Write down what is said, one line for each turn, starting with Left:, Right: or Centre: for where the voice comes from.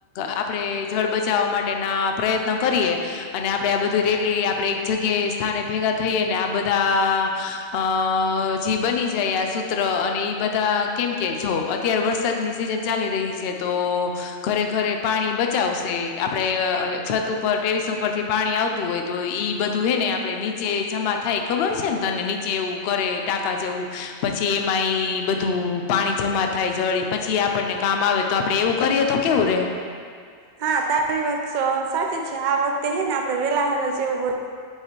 Left: આપડે જળ બચાવવા માટેના પ્રયત્ન કરીએ અને આપડે આ બધું રેલી આ આપડે એક જગ્યાએ સ્થાને ભેગા થઈએ ને આ બધા અ જે બની જાય આસુ ત્ર અને ઈ બધા કેમ કે જો અત્યારે વરસાદની સિઝન ચાલી રહી છે તો. ઘરે ઘરે પાણી બચાવશે આપડે છત ઉપર ટેરિસ ઉપર થી પાણી આવતું હોય તો ઈ. બધું હે ને આપડે નીચે જમા થાય ખબર છે ને તને નીચે એવું કરે ટાકા જેવું. પછી એમાં એ બધું પાણી જમા થાય જળી પછી આપણને કામ આવે. તો આપડે એવું કરીએ તો કેવું રેહે
Right: હા તારી વાત તો સાચી છે આ વખતે હે ને આપડે વેલા હર જેવું પ